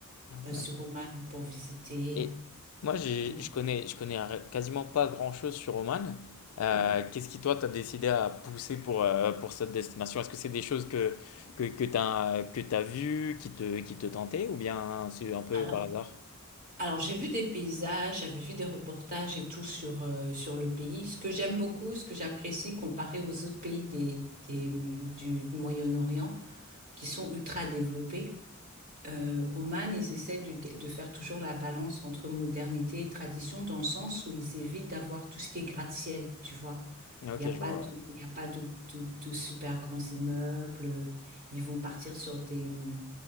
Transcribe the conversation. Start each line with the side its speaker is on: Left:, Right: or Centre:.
Left: Ouais.
Right: euh, sur Oman pour visiter.
Left: Et moi, j'ai-
Right: Ouais.
Left: je connais, je connais un- quasiment pas grand-chose sur Oman. Euh,
Right: Mm.
Left: qu'est-ce qui, toi, t'as décidé à pousser pour, euh, pour cette destination? Est-ce que c'est des choses que, que, que t'as, que t'as vues, qui te, qui te tentaient, ou bien c'est un peu
Right: Alors,
Left: par hasard?
Right: Alors, j'ai vu des paysages, j'avais vu des reportages et tout sur, euh, sur le pays. Ce que j'aime beaucoup, ce que j'apprécie comparé aux autres pays des, des, hum, du, du Moyen-Orient qui sont ultra développés, euh, Oman, ils essaient de, de faire toujours la balance entre modernité et tradition dans le sens où ils évitent d'avoir tout ce qui est gratte-ciel, tu vois.
Left: Ok,
Right: Il n'y a pas
Left: je vois.
Right: de, il y a pas de, de- de super grands immeubles. euh, Ils vont partir sur des, hum,